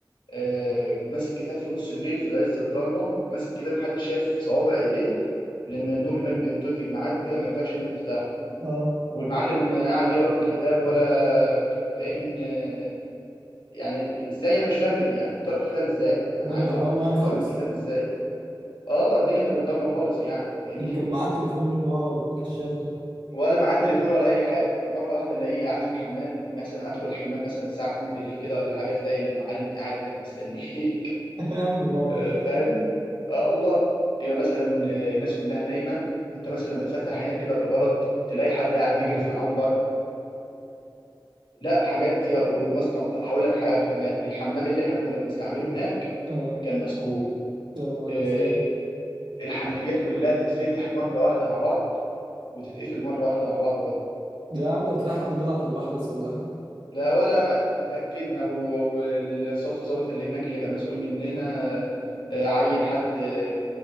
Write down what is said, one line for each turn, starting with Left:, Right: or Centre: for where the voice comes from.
Left: آه، ماسك كتاب في نص الليل في عز الضلمه ماسك كتاب محدش شايف صوابع ايديه لان النور هناك بينطفي بميعاد وكده ما ينفعش انت تفتحه
Right: اه
Left: والمعلم آه، قاعد يقرا في الكتاب ولا كأن آه، يعني ازاي انا مش فاهم بيه يعني انت بتقرا في الكتاب ازاي
Right: الدنيا
Left: انا عايز
Right: كانت
Left: اعرف
Right: ضلمة
Left: انت
Right: يعني
Left: بتقرا
Right: خالص
Left: في الكتاب ازاي اه الدنيا كانت ضلمه خالص يعني فاهمني
Right: يمكن معاه تليفون اللي هو كشاف ده
Left: ولا معاه تليفون ولا اي حاجه ومره واحده الاقيه قاعد في الحمام مثلا ادخل الحمام مثلا الساعه 2 بالليل كده ولا حاجه تلاقي المعلم قاعد هناك مستنيك
Right: <laughs> يا عم الرعب
Left: <laughs> آه،
Right: ده
Left: فاهم اه والله يبقى مثلا آه، الناس كلها نايمه وانت مثلا بتفتح عينك كده بالغلط تلاقي حد قاعد بيجري في العنبر لا حاجات يا ومس- طب هقول لك حاجه كمان الحمام اللي احنا كنا بنستعمله هناك
Right: اه
Left: كان مسكون
Right: يا نهار
Left: آه،
Right: ازاي
Left: الحنفيات كلها تتفتح مره واحده مع بعض وتتقفل مره واحده مع بعض
Right: ده يا عم تلاقي حد بيلعب في المحبس ولا حاجة
Left: لا ولا اتأكدنا و- والصف ضابط اللي هناك اللي كان مسؤول مننا آه، عين حد آه،